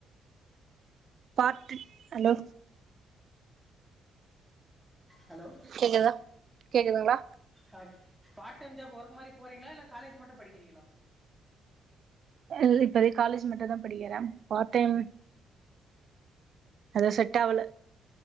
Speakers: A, on the right; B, in the centre.
A: part hello
B: hello
A: கேக்குதா கேக்குதுங்களா
B: ஆ பார்ட் டைம் ஜாப் ஒர்க் மாதிரி போறீங்களா இல்ல காலேஜ் மட்டும் படிக்கிறீங்களா
A: இல்ல இப்போதைக்கு காலேஜ் மட்டும் தான் படிக்கிறேன் பார்டைம் அது செட்டாகல